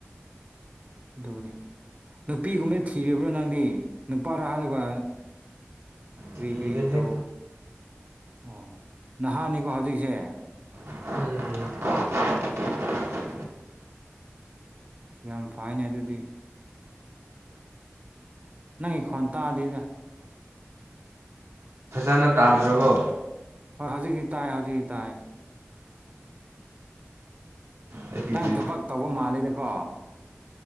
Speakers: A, on the right; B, on the right.
A: ꯑꯗꯨꯅꯤ ꯅꯨꯄꯤꯒꯨꯝꯅ ꯊꯤꯔꯤꯕ꯭ꯔꯣ ꯅꯪꯗꯤ ꯅꯨꯄꯥꯔꯥ ꯍꯥꯏꯔꯒ ꯀ꯭ꯔꯤ
B: ꯁꯤꯔꯦꯍꯦ
A: ꯀ꯭ꯔꯤ ꯇꯧ ꯑꯣ ꯅꯍꯥꯅꯤꯀꯣ ꯍꯧꯖꯤꯛꯁꯦ
B: ꯎꯝ
A: ꯑꯣ ꯌꯥꯝ ꯐꯥꯏꯅꯦ ꯑꯗꯨꯗꯤ ꯅꯪꯒꯤ ꯈꯣꯟ ꯇꯥꯗ‌ꯦꯗ
B: ꯐꯥꯅ ꯇꯥꯗ꯭ꯔꯕꯣ
A: ꯍꯣꯏ ꯍꯧꯖꯤꯛꯇꯤ ꯇꯥꯏ ꯍꯧꯖꯤꯛ ꯇꯥꯏ
B: ꯑꯩꯒꯤꯗꯤ
A: ꯅꯪ ꯊꯕꯛ ꯇꯧꯕ ꯃꯥꯜꯂꯤꯗꯀꯣ